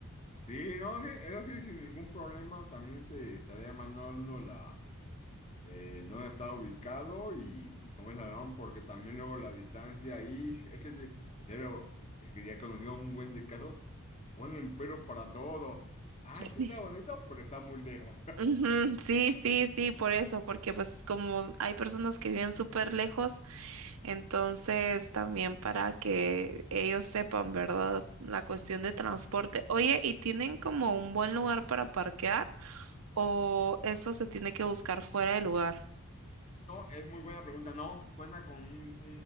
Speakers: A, on the left; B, on the right.
A: sí, no, sí, eso sí, sin ningún problema, también te estaría mandando la... eh, dónde está ubicado y, y cómo es el salón, porque también luego la distancia ahí, <laughs> es que, te- en serio, es que ya he conocido un buen de casos, ponen pero para todo. Ah, sí
B: Sí.
A: está bonito, pero está muy lejos.
B: Ujú, Sí, sí, sí, por eso, porque pues como hay personas que viven súper lejos, entonces también para que ellos sepan, ¿verdad? La cuestión de transporte. Oye, ¿y tienen como un buen lugar para parquear o eso se tiene que buscar fuera del lugar?
A: No, es muy buena pregunta. No, cuenta con un,